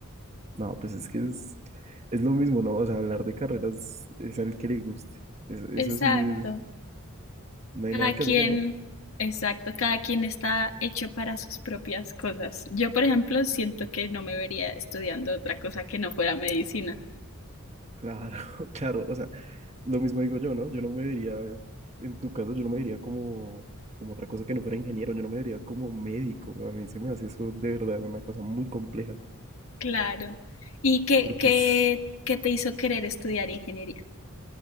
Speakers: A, on the right; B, on the left.
A: No, pues es que es, es lo mismo, ¿no? O sea, hablar de carreras es al que le guste. Es- eso
B: Exacto.
A: sí es, no hay
B: Cada
A: nada que
B: quien,
A: hacerle, ¿no?
B: exacto, cada quien está hecho para sus propias cosas. Yo, por ejemplo, siento que no me vería estudiando otra cosa que no fuera medicina.
A: Claro, <laughs> claro. O sea, Lo mismo digo yo, ¿no? Yo no me vería, en tu caso, yo no me vería como, como otra cosa que no fuera ingeniero, yo no me vería como médico. A mí se me hace eso de verdad una cosa muy compleja,
B: Claro. ¿Y qué,
A: porque
B: qué,
A: es,
B: qué te hizo querer estudiar ingeniería?